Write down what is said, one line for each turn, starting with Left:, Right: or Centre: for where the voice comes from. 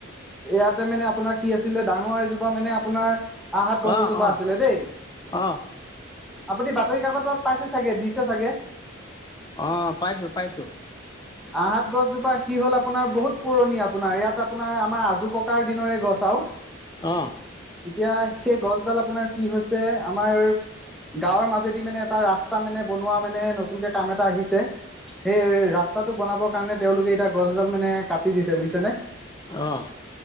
Centre: ইয়াতে মানে আপোনাৰ কি আছিলে ডাঙৰ এযো। মানে আপোনাৰ আহাত গছ
Left: অঁ
Centre: এজোপা
Left: অঁ
Centre: আছিলে দেই
Left: অঁ
Centre: আপুনি। বাতৰি কাকতত পাইছে চাগে দিছে চাগে।
Left: অ পাইছো পাইছো।
Centre: আহত গছজোপা কি হ'ল আপোনাৰ বহুত পুৰণি আপোনাৰ ইয়াত আপোনাৰ আমাৰ আজো ককাৰ দিনৰে। গছ আৰু
Left: অঁ
Centre: এতিয়া সেই গছডাল আপোনাৰ কি হৈছে আমাৰ। গাঁৱৰ মাজেদি মানে এটা ৰাস্তা মানে বনোৱা মানে নতুনকে কাম এটা আহিছে। সেই ৰাস্তাটো বনাবৰ কাৰণে তেওঁলোকে এতিয়া গছডাল মানে কাটি দিছে বুজিছে নে।
Left: অঁ।